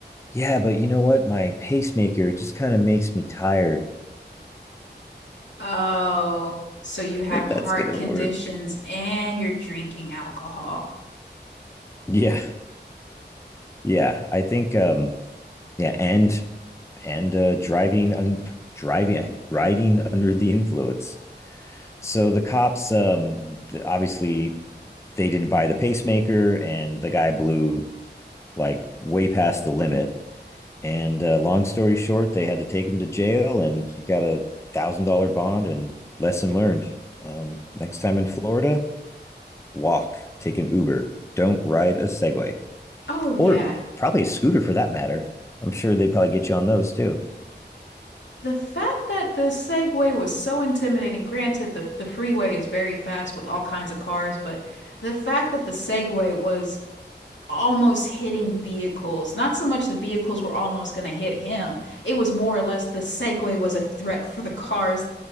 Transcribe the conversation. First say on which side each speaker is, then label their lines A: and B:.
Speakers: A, on the left (about 15°); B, on the left (about 90°).
A: "Yeah, but you know what? My pacemaker just kind of makes me tired.
B: Oh, so you have
A: Like
B: heart
A: that's going to
B: conditions
A: work."
B: and you're drinking alcohol.
A: Yeah. Yeah, I think um yeah, and and uh, driving un- driving uh, riding under the influence. So the cops, um, obviously, they didn't buy the pacemaker, and the guy blew like way past the limit. And uh, long story short, they had to take him to jail, and he got a thousand dollar bond. And lesson learned: um, next time in Florida, walk, take an Uber, don't ride a Segway
B: Oh, yeah.
A: or probably a scooter for that matter. I'm sure they probably get you on those too,
B: The fact that the Segway was so intimidating, granted, the, the freeway is very fast with all kinds of cars, but the fact that the Segway was almost hitting vehicles. Not so much the vehicles were almost going to hit him. It was more or less the Segway was a threat for the cars.